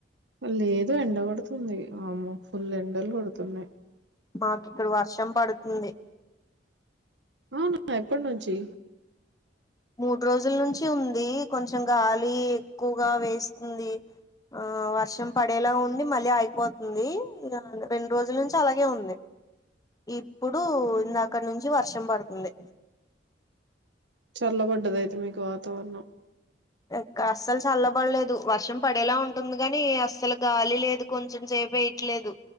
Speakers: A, on the right; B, on the left.
A: లేదు ఎండ కొడుతుంది ఆమ్మో ఫుల్ ఎండలు కొడుతున్నాయ్
B: మాకి ఇక్కడు వర్షం పడ్తుంది
A: అవునా ఎప్పట్నుంచి
B: మూడు రోజుల్నుంచి ఉంది కొంచెం గాలి ఎక్కువగా వేస్తుంది ఆ వర్షం పడేలా ఉండి మళ్ళీ ఆగిపోతుంది ఇగ రెండు రోజుల నుంచి అలాగే ఉంది ఇప్పుడు
A: ఉమ్,
B: ఇందాకడ్నుంచి వర్షం పడుతుంది
A: చల్లబడ్డది అయితే మీకు వాతావరణం
B: ఎక్ అస్సలు చల్లబడ్లేదు వర్షం పడేలా ఉంటుంది కాని అస్సలు గాలి లేదు కొంచెం సేపు ఐ ట్లేదు